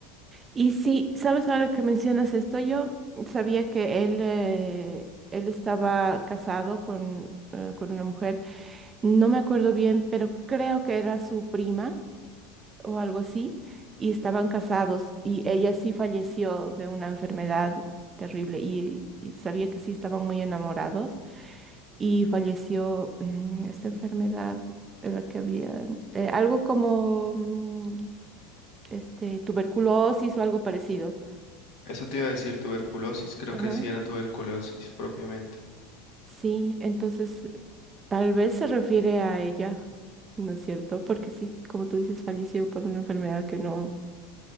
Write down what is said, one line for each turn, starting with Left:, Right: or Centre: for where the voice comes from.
Right: Y sí, sabes, ahora que mencionas esto, yo sabía que él, eh, él estaba casado con, eh, con una mujer, no me acuerdo bien, pero creo que era su prima o algo así, y estaban casados y ella sí falleció de una enfermedad terrible y, y sabía que sí estaban muy enamorados y falleció mm, esta enfermedad en la que había, eh, algo como mm, este, tuberculosis o algo parecido.
Left: Eso te iba a decir tuberculosis, creo
Right: Ajá,
Left: que sí era tuberculosis propiamente.
Right: sí, entonces tal vez se refiere a ella, ¿no es cierto? Porque sí, como tú dices, falleció por una enfermedad que no,